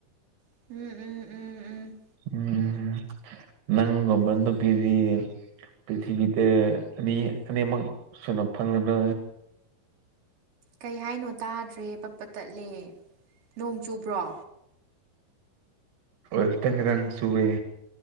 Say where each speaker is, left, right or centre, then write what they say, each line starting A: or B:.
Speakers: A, on the right (about 70°); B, on the right (about 90°).
A: ꯎꯝ ꯎꯝ ꯝ ꯎꯝ ꯎꯝ
B: ꯎꯝ ꯅꯪꯕ ꯑꯗꯨ ꯀꯁꯤ ꯄ꯭ꯔꯤꯊꯤꯕꯤꯗ ꯑꯅꯤ ꯑꯅꯤꯃꯛꯛ ꯁꯅꯥꯞ ꯐꯪꯅꯕ
A: ꯀꯩ ꯍꯥꯏꯅꯣ ꯇꯥꯗ꯭ꯔꯦ ꯄꯠꯄ ꯇꯠꯂꯦ ꯅꯣꯡ ꯆꯨꯕ꯭ꯔꯣ
B: ꯍ ꯈꯤꯇꯪ ꯈꯤꯇꯪ ꯆꯨꯏꯦ